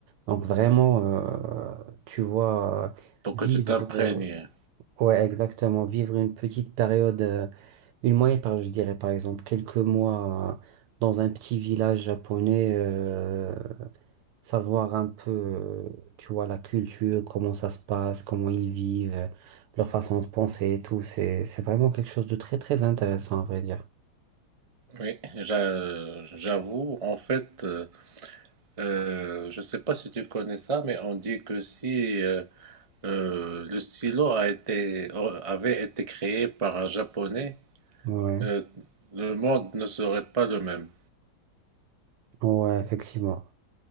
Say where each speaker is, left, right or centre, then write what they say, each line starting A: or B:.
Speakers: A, on the right; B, on the right.
A: Donc vraiment, euh, tu vois, euh,
B: pour
A: vivre,
B: que tu t'imprègnes.
A: euh, ouais, exactement, vivre une petite période, euh, une moyenne période, je dirais par exemple, quelques mois, euh, dans un petit village japonais, euh, savoir un peu, euh, tu vois, la culture, comment ça se passe, comment ils vivent, euh, leur façon de penser et tout. C'est, c'est vraiment quelque chose de très, très intéressant, à vrai dire.
B: Oui, j'a- j'avoue. En fait, euh, euh, je ne sais pas si tu connais ça, mais on dit que si euh, euh, le stylo a été, euh, avait été créé par un Japonais,
A: Ouais,
B: euh, le monde ne serait pas le même.
A: ouais, effectivement.